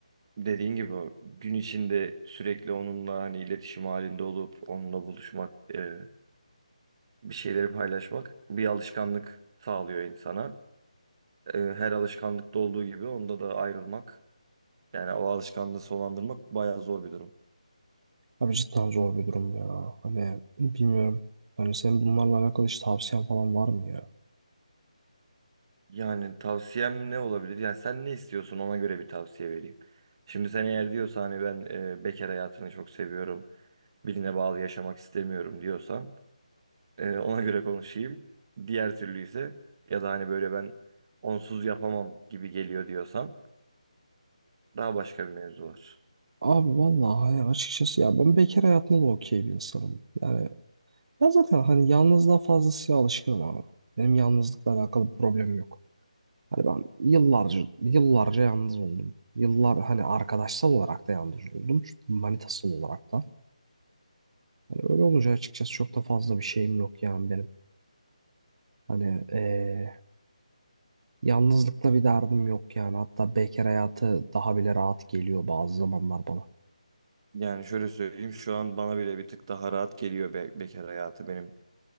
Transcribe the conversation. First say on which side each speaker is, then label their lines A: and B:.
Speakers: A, on the right; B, on the right.
A: dediğin gibi o gün içinde sürekli onunla hani iletişim halinde olup onunla buluşmak, e, bir şeyleri paylaşmak bir alışkanlık sağlıyor insana. E, her alışkanlıkta olduğu gibi onda da ayrılmak yani o alışkanlığı sonlandırmak bayağı zor bir durum.
B: Abi cidden zor bir durum ya. Hani bilmiyorum. Hani senin bunlarla alakalı hiç tavsiyen falan var mı ya?
A: Yani tavsiyem ne olabilir? Yani sen ne istiyorsun ona göre bir tavsiye vereyim. Şimdi sen eğer diyorsan hani ben e, bekar hayatını çok seviyorum. Birine bağlı yaşamak istemiyorum diyorsan e, ona göre konuşayım. Diğer türlü ise ya da hani böyle ben onsuz yapamam gibi geliyor diyorsan daha başka bir mevzu var.
B: Abi vallahi hani açıkçası ya ben bekar hayatında da okey bir insanım. Yani ben zaten hani yalnızlığa fazlasıyla alışkınım abi. Benim yalnızlıkla alakalı bir problemim yok. Hani ben yıllarca yıllarca yalnız oldum. Yıllar hani arkadaşsal olarak da yalnız oldum. Çünkü Manitasal olarak da. Hani öyle olunca açıkçası çok da fazla bir şeyim yok yani benim. Hani eee, Yalnızlıkla bir derdim yok yani. Hatta bekar hayatı daha bile rahat geliyor bazı zamanlar bana.
A: Yani şöyle söyleyeyim şu an bana bile bir tık daha rahat geliyor be bekar hayatı benim